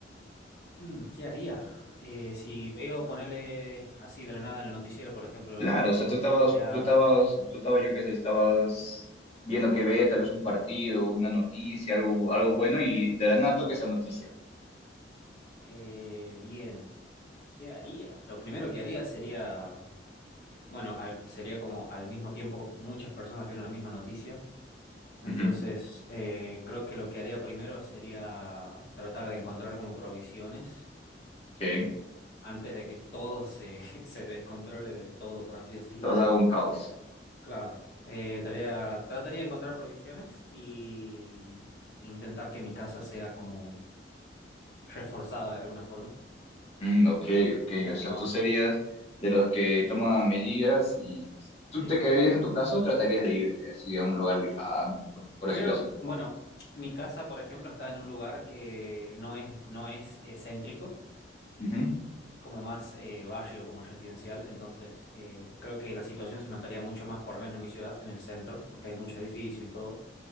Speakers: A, on the left; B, on the left.
A: Mm, ¿qué haría? Eh, si veo ponerle así de la nada en el noticiero, por ejemplo,
B: Claro, o sea,
A: almuerzo
B: tú estabas,
A: familiar.
B: tú estabas, tú estabas, yo qué sé, estabas viendo que ver, tal vez un partido, una noticia, algo, algo bueno, y
A: sí.
B: de la nada que esa noticia.
A: Eh, bien, ¿qué haría? Lo primero que haría sería, bueno, al- sería como al mismo tiempo muchas personas vieron la misma noticia. Entonces,
B: Ujú,
A: eh, creo que lo que haría primero sería tratar de encontrar como provisiones
B: ok.
A: antes de que todo se, <laughs> se descontrole del todo, por así decirlo.
B: Todo un caos.
A: Claro. Eh, tarea- trataría de encontrar provisiones y intentar que mi casa sea como reforzada de alguna forma,
B: Mm, ok, ok.
A: ya
B: O sea,
A: que van...
B: tú serías de los que toman medidas y
A: Sí.
B: tú te quedarías en tu casa o tratarías de irte así a un lugar lejano, por, por
A: Creo,
B: decirlo así.
A: bueno, mi casa, por ejemplo, está en un lugar que no es, no es eh, céntrico.
B: Ujú,
A: es como más eh, barrio, como residencial, entonces eh, creo que la situación se notaría mucho más, por lo menos en mi ciudad, en el centro, porque hay muchos edificios y todo.